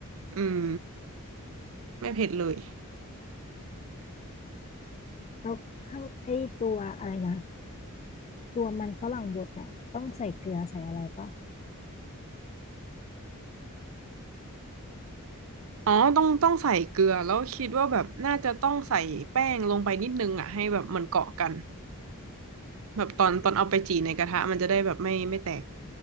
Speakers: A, on the right (about 65°); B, on the left (about 30°).
A: อืมไม่เผ็ดเลย
B: แล้วข้างไอ้ตัวอะไรนะตัวมันฝรั่งบดอ่ะต้องใส่เกลือใส่อะไรปะ
A: อ๋อต้องต้องใส่เกลือแล้วคิดว่าแบบน่าจะต้องใส่แป้งลงไปนิดนึงอ่ะให้แบบมันเกาะกันแบบตอนตอนเอาไปจี่ในกระทะมันจะได้แบบไม่ไม่แตก